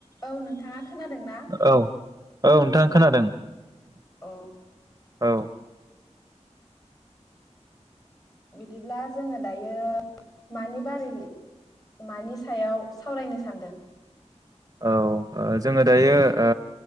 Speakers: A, on the left (about 35°); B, on the right (about 30°).
A: औ नोंथाङा खोनादों ना?
B: औ औ नोंथां खोनादों।
A: अ
B: औ।
A: बिदिब्ला जोंङो दायो मानि बारै मानि सायाव सावरायनो सानदों?
B: औ। जोंङो दायो ओ